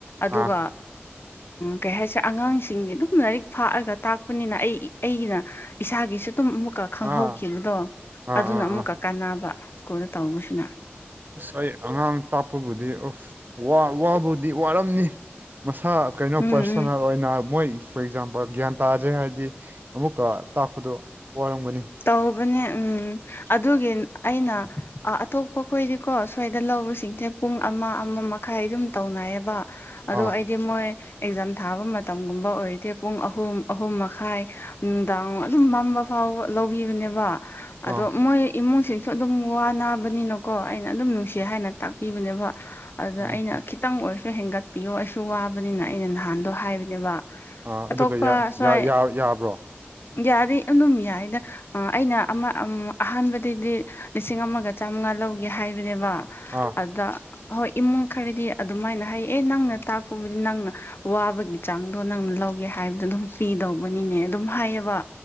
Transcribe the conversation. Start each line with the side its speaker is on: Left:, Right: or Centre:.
Left: ꯑꯗꯨꯒ
Right: ꯑꯥ ꯑꯥ
Left: ꯀꯩ ꯍꯥꯏꯁꯦ ꯑꯉꯥꯡꯁꯤꯡꯒꯤ ꯑꯗꯨꯝ ꯂꯥꯏꯔꯤꯛ ꯐꯥꯛꯑꯒ ꯇꯥꯛꯄꯅꯤꯅ ꯑꯩ ꯑꯩꯒꯤꯅ ꯏꯁꯥꯒꯤꯁꯨ ꯑꯗꯨꯝ ꯑꯃꯨꯛꯀꯛ ꯈꯪꯍꯧꯈꯤꯕꯗꯣ
Right: ꯑꯥ ꯑꯥ
Left: ꯑꯗꯨꯅ ꯑꯃꯨꯛꯀ
Right: ꯑꯥ
Left: ꯀꯥꯟꯅꯕ ꯁ꯭ꯀꯨꯜꯗ ꯇꯧꯕꯁꯤꯅ
Right: ꯑꯁ ꯑꯩ ꯑꯉꯥꯡ ꯇꯥꯛꯄꯕꯨꯗꯤ ꯑꯁ ꯋꯥꯕꯨꯗꯤ ꯋꯥꯔꯝꯅꯤ ꯃꯁꯥ ꯀꯩꯅꯣ
Left: ꯎꯝ
Right: ꯄꯔꯁꯣꯅꯦꯜ
Left: ꯎꯝ
Right: ꯑꯣꯏꯅ ꯃꯣꯏ ꯐꯣꯔ ꯑꯦꯛꯖꯥꯝꯄꯜ ꯒ꯭ꯌꯥꯟ ꯇꯥꯖꯩ ꯍꯥꯏꯔꯗꯤ ꯑꯃꯨꯛꯀ ꯇꯥꯛꯄꯗꯨ ꯋꯥꯔꯝꯒꯅꯤ
Left: ꯇꯧꯕꯅꯦ ꯎꯝ ꯑꯗꯨꯒꯤ ꯑꯩꯅ ꯑꯇꯣꯞꯄ ꯈꯣꯏꯗꯤꯀꯣ ꯁ꯭ꯋꯥꯏꯗ ꯂꯧꯕꯁꯤꯡꯁꯦ ꯄꯨꯡ ꯑꯃꯥ ꯑꯃꯥ ꯃꯈꯥꯏ ꯑꯗꯨꯝ ꯇꯧꯅꯩꯌꯦꯕ ꯑꯗꯣ
Right: ꯑꯥ
Left: ꯑꯩꯗꯤ ꯃꯣꯏ ꯑꯦꯛꯖꯥꯝ ꯊꯥꯕ ꯃꯇꯝꯒꯨꯝꯕ ꯑꯣꯏꯔꯗꯤꯦ ꯄꯨꯡ ꯑꯍꯨꯝ ꯑꯍꯨꯝ ꯃꯈꯥꯏ ꯅꯨꯡꯗꯥꯡ ꯑꯗꯨꯝ ꯃꯝꯃꯥ ꯐꯥꯎꯕ ꯂꯧꯕꯤꯕꯥꯅꯦꯕ ꯑꯗꯣ
Right: ꯑꯥ
Left: ꯃꯣꯏ ꯏꯃꯨꯡꯁꯤꯡꯁꯨ ꯑꯗꯨꯝ ꯋꯥ ꯅꯥꯕꯅꯤꯅꯀꯣ ꯑꯩꯅ ꯑꯗꯨꯝ ꯅꯨꯡꯁꯤ ꯍꯥꯏꯅ ꯇꯥꯛꯄꯤꯕꯅꯦꯕ ꯑꯗꯨꯗ
Right: ꯎꯝ
Left: ꯑꯩꯅ ꯈꯤꯇꯪ ꯑꯣꯏꯔꯁꯨ ꯍꯦꯟꯒꯠꯄꯤꯌꯣ ꯑꯩꯁꯨ ꯋꯥꯕꯅꯤꯅ ꯑꯩꯅ ꯅꯍꯥꯟꯗꯣ ꯍꯥꯏꯕꯅꯦꯕ
Right: ꯑꯥ
Left: ꯑꯇꯣꯞꯄ
Right: ꯑꯗꯨꯒ
Left: ꯁ꯭ꯋꯥꯏ
Right: ꯌꯥꯕ꯭ꯔꯣ
Left: ꯌꯥꯗꯤ ꯑꯗꯨꯝ ꯌꯥꯏꯗ ꯑꯩꯅ ꯑꯃ ꯑꯍꯥꯟꯕꯗꯗꯤ ꯂꯤꯁꯤꯡ ꯑꯃꯒ ꯆꯥꯝꯃꯉꯥ ꯂꯧꯒꯦ ꯍꯥꯏꯕꯅꯦꯕ
Right: ꯑꯥ
Left: ꯑꯗꯨꯗ ꯍꯣꯏ ꯏꯃꯨꯡ ꯈꯔꯗꯤ ꯑꯗꯨꯃꯥꯏꯅ ꯍꯥꯏꯌꯦ ꯑꯦ ꯅꯪꯅ ꯇꯥꯛꯄꯕꯨꯗꯤ ꯅꯪꯅ ꯋꯥꯕꯒꯤ ꯆꯥꯡꯗꯣ ꯅꯪꯅ ꯂꯧꯒꯦ ꯍꯥꯏꯕꯗꯣ ꯑꯗꯨꯝ ꯄꯤꯗꯧꯕꯅꯤꯅꯦ ꯑꯗꯨꯝ ꯍꯥꯏꯌꯦꯕ